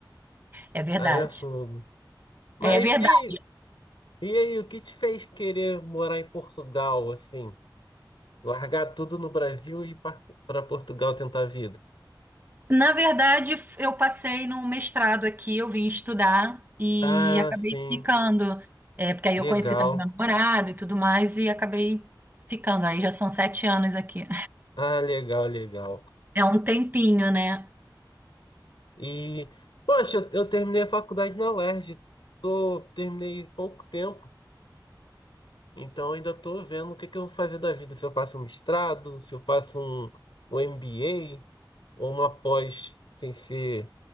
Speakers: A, on the right; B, on the left.
A: É verdade.
B: Aí é fogo. Mas
A: É verdade.
B: e aí? E aí, o que te fez querer morar em Portugal, assim? Largar tudo no Brasil e ir para Portugal tentar a vida?
A: Na verdade, f- eu passei num mestrado aqui, eu vim estudar e
B: Ah,
A: acabei
B: sim.
A: ficando. É, porque aí
B: Legal.
A: eu conheci também meu namorado e tudo mais, e acabei ficando. Aí já são sete anos aqui.
B: Ah, legal, legal.
A: É um tempinho, né?
B: E, poxa, eu, eu terminei a faculdade na UERJ. Tô, terminei pouco tempo, então ainda tô vendo o que que eu vou fazer da vida. Se eu faço um mestrado, se eu faço um, um MBA ou uma pós sem ser